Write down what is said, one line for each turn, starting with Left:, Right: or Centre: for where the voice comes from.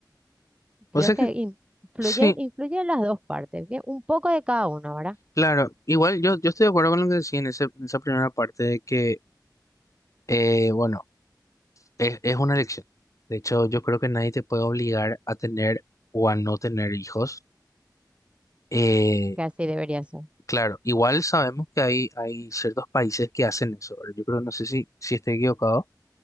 Left: O
Right: Creo
Left: sea
Right: que
Left: que
Right: in- influye,
Left: sí,
Right: influye en las dos partes, bien, un poco de cada uno, ¿verdad?
Left: claro. Igual yo, yo estoy de acuerdo con lo que decía en, ese- en esa primera parte de que, eh, bueno, Es, es una elección. De hecho, yo creo que nadie te puede obligar a tener o a no tener hijos. Eh,
Right: Que así debería ser.
Left: claro, igual sabemos que hay, hay ciertos países que hacen eso, ¿verdad? Yo creo, no sé si, si estoy equivocado,